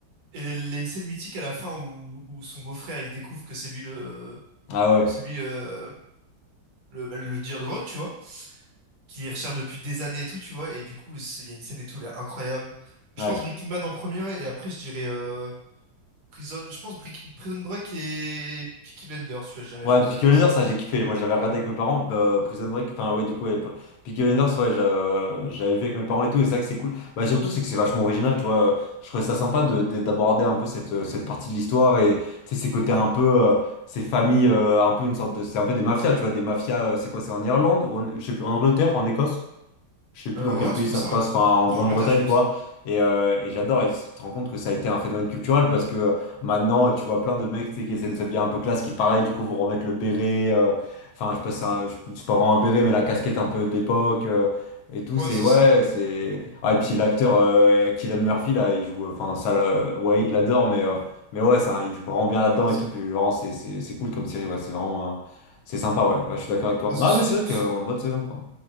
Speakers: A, on the right; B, on the left.
A: Et il y a il y a une scène mythique à la fin où où son beau-frère, il découvre que c'est lui le
B: Ah ouais,
A: c'est lui euh, le bah, le dealer de drogue, tu vois. qui les recherche depuis des années et tout, tu vois. Et du coup, c'est- il y a une scène et tout, elle est incroyable. Je
B: ouais.
A: pense Breaking Bad en premier, ouais. Et après, je dirais euh, Prison. Je pense Brick- Prison Break et Peaky Blinders, tu vois, je dirais,
B: Ouais,
A: je pense,
B: Peaky
A: les meilleures
B: Blinders,
A: séries.
B: ça j'ai kiffé. Moi j'avais regardé avec mes parents, bah, Prison Break, enfin ouais, du coup, ouais, Pri- Peaky Blinders, ouais, j'a- j'avais vu avec mes parents et tout, et c'est vrai que c'est cool. Bah surtout, c'est que c'est vachement original, tu vois. Je trouvais ça sympa de, de- d'aborder un peu cette, euh, cette partie de l'histoire et tu sais, ces côtés un peu, euh, ces familles, euh, un peu une sorte de. C'est un peu des mafias, tu vois, des mafias, euh, c'est quoi, c'est en Irlande, ou en- je sais plus, en Angleterre, en Écosse? je sais plus
A: Euh,
B: dans quel
A: ouais, un
B: pays
A: truc comme
B: ça
A: ça,
B: se passe,
A: ouais.
B: enfin en
A: C'est
B: Grande-Bretagne
A: en Angleterre, je crois,
B: quoi.
A: il me semble.
B: Et, euh, et j'adore, et tu te rends compte que ça a été un phénomène culturel parce que euh, maintenant tu vois plein de mecs tu sais, qui essaient de s'habiller un peu classe, qui pareil du coup vont remettre le béret, euh, enfin je sais pas si c'est un- je- c'est pas vraiment un béret mais la casquette un peu d'époque euh, et tout,
A: Ouais,
B: c'est
A: c'est
B: ouais,
A: ça, ouais.
B: c'est. Ah, et puis l'acteur euh, Cillian Murphy là, il joue, euh, enfin ça, là, Wade l'adore, mais, euh, mais ouais, ça, il joue vraiment bien là-dedans
A: Ouais, c'est
B: et tout,
A: que-
B: puis vraiment c'est c'est- c'est cool comme série, ouais, c'est vraiment. euh, c'est sympa, ouais, Ouais, je suis d'accord avec toi.
A: Ah,
B: Non,
A: c'est- c'est-
B: mais c'est vrai qu'on
A: c'est-
B: a une bonne saison quoi.